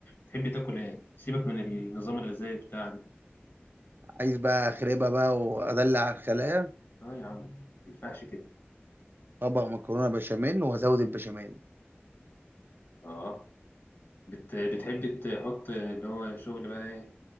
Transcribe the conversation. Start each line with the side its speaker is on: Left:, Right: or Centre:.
Left: تحب تاكل إيه؟ سيبك من النظام الغذائي بتاعك ده.
Right: عايز بقى اخربها بقى وادلع الخلايا
Left: آه يا عم ما ينفعش كده
Right: طبق مكرونه بشاميل وازود البشاميل
Left: اه بت... بتحب تحط اللي هو شغل بقى ايه